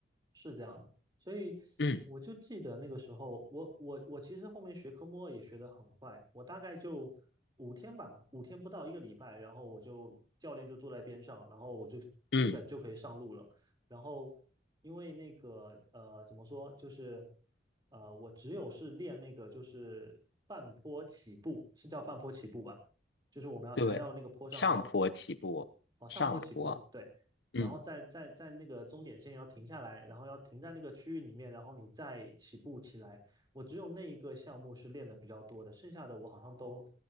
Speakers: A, on the right; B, on the left.
A: 是这样的，所以我就记得那个时候，
B: 嗯
A: 我我我其实后面学科目二也学得很快，我大概就五天吧，五天不到一个礼拜，然后我就教练就坐在边上，然后我就基本就可以上路了。
B: 嗯，
A: 然后因为那个呃怎么说，就是呃我只有是练那个就是半坡起步，是叫半坡起步吧？就是我们要开到那个坡上，
B: 对，上坡起步，
A: 然后往上坡起步，
B: 上坡。
A: 对，
B: 嗯。
A: 然后在在在那个终点线要停下来，然后要停在那个区域里面，然后你再起步起来。我只有那一个项目是练的比较多的，剩下的我好像都